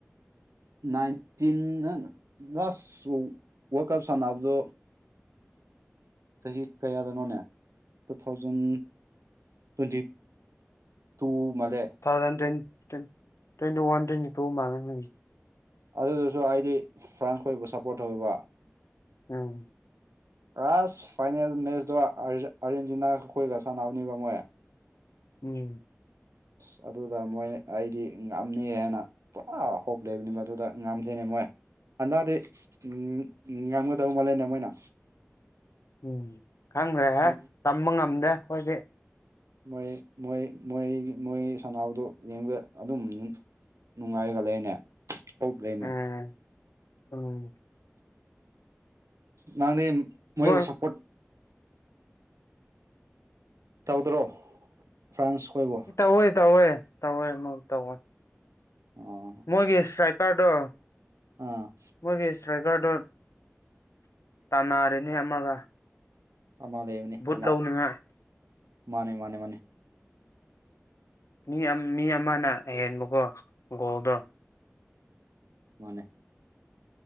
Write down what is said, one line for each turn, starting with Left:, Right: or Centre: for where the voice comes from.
Right: ꯅꯥꯏꯟꯇꯤꯟ ꯂꯥꯁ ꯋꯥꯔꯜ ꯀꯞ ꯁꯥꯟꯅꯕꯗꯣ ꯆꯍꯤ ꯀꯌꯥꯗꯅꯣꯅꯦ ꯇꯨ ꯊꯥꯎꯖꯟ ꯇ꯭ꯋꯦꯟꯇꯤ ꯇꯨ ꯃꯂꯦ
Left: ꯊꯥꯎꯖꯟ ꯇ꯭ꯋꯦꯟ ꯇ ꯇ꯭ꯋꯦꯟꯇꯤ ꯋꯥꯟ ꯇ꯭ꯋꯦꯟꯇꯤ ꯇꯨ ꯃꯥꯜꯂꯦꯅꯦ
Right: ꯑꯗꯨꯗꯨꯁꯨ ꯑꯩꯗꯤ ꯐ꯭ꯔꯥꯟ ꯈꯣꯏꯕꯨ ꯁꯞꯄꯣꯔꯠ ꯇꯧꯋꯦꯕ
Left: ꯎꯝ
Right: ꯑꯁ ꯐꯥꯏꯅꯦꯜ ꯃꯦꯠꯆꯇꯣ ꯑꯥꯔꯖꯦꯟꯇꯤꯅꯥꯒ ꯑꯩꯈꯣꯏꯒ ꯁꯥꯟꯅꯕꯅꯤꯕ ꯃꯣꯏ
Left: ꯎꯝ
Right: ꯑꯁ ꯑꯗꯨꯗ ꯃꯣꯏ ꯑꯩꯗꯤ ꯉꯝꯅꯤ ꯍꯥꯏꯅ ꯄꯨꯔꯥ ꯍꯣꯞꯂꯩꯕꯅꯤ ꯃꯗꯨꯗ ꯉꯝꯗꯦꯅꯦ ꯃꯣꯏ ꯍꯟꯗꯗꯤ ꯎꯝ ꯎꯝ ꯉꯝꯒꯗꯧꯕ ꯃꯥꯜꯂꯦꯅꯦ ꯃꯣꯏꯅ
Left: ꯎꯝ ꯈꯪꯗ꯭ꯔꯦꯍꯦ
Right: ꯃꯣꯏ
Left: ꯇꯝꯕ ꯉꯝꯗꯦ ꯑꯩꯈꯣꯏꯗꯤ
Right: ꯃꯣꯏ- ꯃꯣꯏ- ꯃꯣꯏ -ꯃꯣꯏ ꯁꯅꯥꯕꯗꯨ ꯌꯦꯡꯕ ꯑꯗꯨꯝ ꯅꯨꯡꯉꯥꯏꯒ ꯂꯩꯅꯦ ꯇꯣꯛ ꯈ꯭ꯔꯦꯅꯦ
Left: ꯎꯝ ꯎꯝ
Right: ꯅꯪꯗꯤ ꯃꯣꯏꯕꯨ
Left: ꯃꯣꯏ
Right: ꯁꯄꯣꯔꯠ ꯇꯧꯗ꯭ꯔꯣ ꯐ꯭ꯔꯥꯟꯁ ꯈꯣꯏꯕꯨ
Left: ꯇꯧꯋꯦ ꯇꯧꯋꯦ ꯇꯧꯋꯦ ꯑꯃꯨ ꯇꯧꯋꯦ
Right: ꯎꯝ
Left: ꯃꯣꯏꯒꯤ ꯏꯁꯇ꯭ꯔꯥꯏꯀꯔꯗꯣ
Right: ꯑꯥ
Left: ꯃꯣꯏꯒꯤ ꯏꯁꯇ꯭ꯔꯥꯏꯀꯔꯗꯣ ꯇꯥꯟꯅꯔꯦꯅꯦ ꯑꯃꯒ
Right: ꯑꯃ ꯂꯩꯕꯅꯤ
Left: ꯚꯨꯠ
Right: ꯑꯃ
Left: ꯂꯧꯅꯤꯡꯉꯥꯏ
Right: ꯃꯥꯅꯦ- ꯃꯥꯅꯦ -ꯃꯥꯅꯦ
Left: ꯃꯤ ꯃꯤ ꯑꯃꯅ ꯍꯦꯟꯕꯀꯣ ꯒꯣꯜꯗꯣ
Right: ꯃꯅꯦ